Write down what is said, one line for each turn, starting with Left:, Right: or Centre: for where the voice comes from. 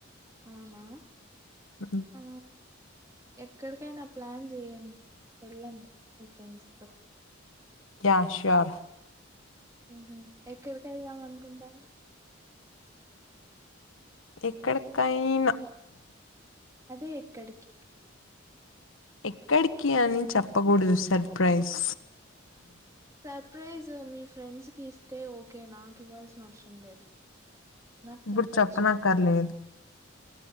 Right: అవునా
Left: అ
Right: ఆ ఎక్కడికైనా ప్లాన్ చెయండి వెళ్ళండి మీ ఫ్రెండ్స్ తో
Left: యా షోర్
Right: ఉహు ఎక్కడికి వెళ్దాం అనుకుంటా
Left: ఎక్కడికైన
Right: అదే ఎక్కడికి
Left: ఎక్కడికి అని చెప్పకూడదు సర్ప్రైజ్
Right: సర్ప్రైజ్ మీ ఫ్రెండ్స్ కి ఇస్తే ఓకే నాకు ఇవ్వాల్సిన అవసరం లేదు నాకు
Left: ఇప్పుడు
Right: చెప్పచ్చు
Left: చేప్పన కర్లేదు.